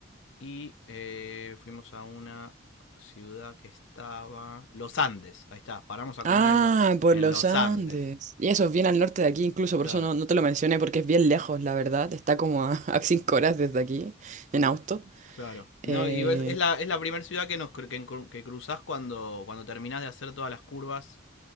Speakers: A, on the left; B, on the right.
A: y eh, fuimos a una ciudad que estaba... Los Andes, ahí está, paramos a comer
B: Ah,
A: en, lo-
B: por
A: en
B: los
A: Los
B: Andes.
A: Andes.
B: Y eso es bien al norte de aquí, incluso por
A: Claro,
B: eso no, no te lo mencioné, porque es bien lejos, la verdad. Está como a, <laughs> a cinco horas desde aquí, en auto.
A: Claro.
B: Eh,
A: No, y ves- es la, es la primera ciudad que nos cru- que, encru- que cruzás cuando, cuando terminás de hacer todas las curvas